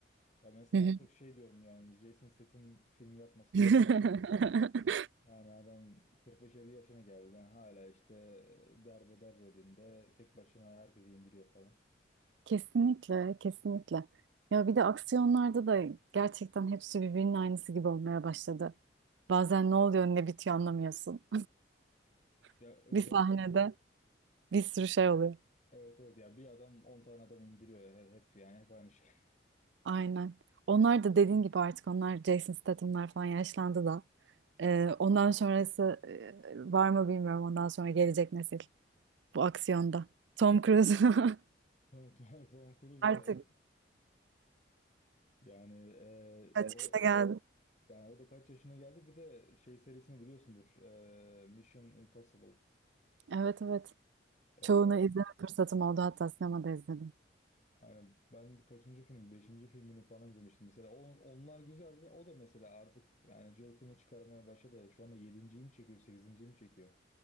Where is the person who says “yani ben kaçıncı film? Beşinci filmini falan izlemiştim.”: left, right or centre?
Left